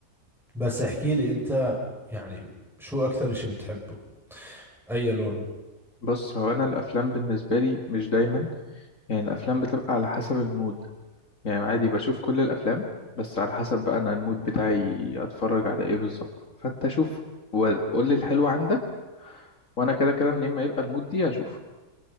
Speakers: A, in the centre; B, on the left (about 60°).
A: بس احكي لي أنت يعني شو أكثر إشي بتحبه أي لون
B: بص هو أنا الأفلام بالنسبة لي مش دايما يعني الأفلام بتبقى على حسب المود يعني عادي بشوف كل الافلام بس على حسب بقى انا المود بتاعي اتفرج على ايه بالظبط فانت شوف وقول لي الحلو عندك وانا كده كده منين ما يبقى المود دي هشوف